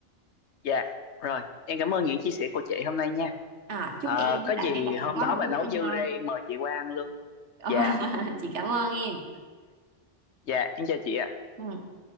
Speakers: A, on the left; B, on the right.
A: dạ, rồi. Em cảm ơn những chia sẻ của chị hôm nay nha.
B: à, chúc
A: Ờ,
B: em với
A: có
B: lại
A: gì
B: mấy bạn
A: hôm
B: có
A: đó
B: một
A: mà
B: cái
A: nấu
B: bữa ăn
A: dư
B: ngon
A: ra em mời chị qua ăn luôn.
B: <laughs> Ờ,
A: Dạ,
B: chị cảm ơn em
A: dạ, em chào chị ạ.
B: Ừ.